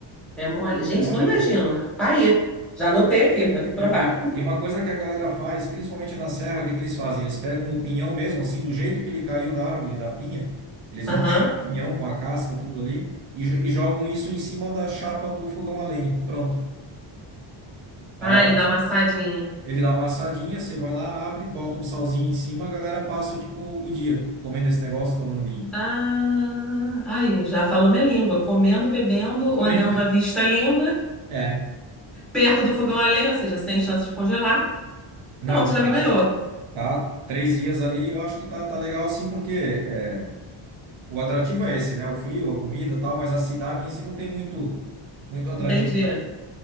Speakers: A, in the centre; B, on the right.
A: É mole. Gente,
B: é molinho.
A: não imagino. Tá aí. Já anotei aqui, vou ter que provar.
B: E, e- e uma coisa que a galera faz, principalmente na serra, o que que eles fazem? Eles pegam o pinhão mesmo, assim, do jeito que ele caiu da árvore, da pinha. Eles
A: Aham.
B: vão pegar o pinhão com a casca, tudo ali, e, jo- e jogam isso em cima da chapa do fogão a lenha. Pronto. A
A: Ah,
B: hora
A: ele dá
B: que
A: uma assadinha.
B: ele dá uma assadinha, você vai lá, abre, bota um salzinho em cima, a galera passa, tipo, o dia comendo esse negócio, tomando vinho.
A: Ah, aí, já falou minha língua. Comendo, bebendo,
B: Comendo.
A: olhando a vista linda.
B: É.
A: perto do fogão a lenha, ou seja, sem chance de congelar.
B: Não,
A: Pronto,
B: tá,
A: já me ganhou.
B: tá três dias ali, eu acho que tá, tá legal assim, porque. é, O atrativo é esse, né? O frio, a comida, e tal, mas a cidade em si não tem muito muito atrativo,
A: Entendi,
B: não,